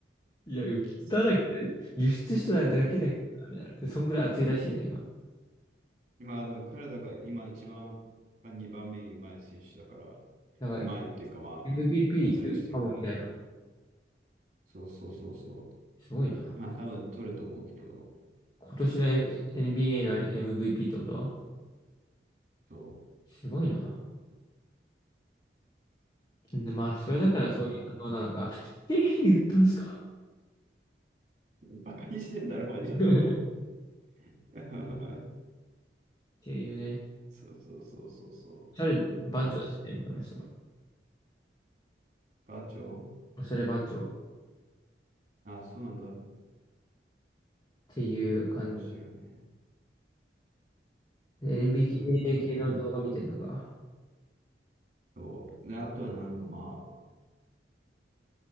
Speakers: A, on the left; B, on the right.
A: いや、売ったら、
B: す
A: 輸出しただけだけどなみたいな。そんくらい熱いらしいね、今。
B: まあでも彼らが今一番、まあ2番目にうまい選手だから、
A: なんか
B: うまいっていうかまあ、
A: MVP
B: 活躍してるから、
A: いけるかもみたいな。
B: そうそうそうそ
A: すごいな。
B: う。まあ多分取ると思うけど、
A: 今年の NBA の MVP ってことは
B: そ
A: すごいな。で、まあ、それだからそういう反応なのか。
B: う。だから、
A: 経費に売ったんすか
B: バカにしてんだろ、お前ちょっと。
A: <laughs> っ
B: <laughs>
A: ていうね。
B: そうそうそうそうそ
A: おしゃれ番長だしね、
B: う。まあ、す
A: その人。
B: 番長
A: おしゃれ番長っ
B: あ、そうなんだ。
A: ていう感じだ。
B: 面白いね。
A: LMBK
B: あ、そういうことか。
A: 系の動画見てんのか。
B: そう。で、あとはなんかまあ、